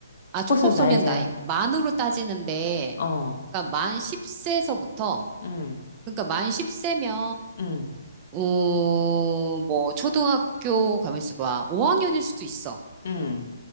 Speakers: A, on the right (about 20°); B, on the left (about 45°).
A: 아,
B: 촉법소년
A: 촉법소년
B: 나이자
A: 나이. 만으로 따지는데,
B: 어,
A: 그러니까 만 10세서부터,
B: 응
A: 그러니까 만 10세면,
B: 응
A: 어, 뭐, 초등학교, 가만있어 봐. 5학년일 수도 있어.
B: 응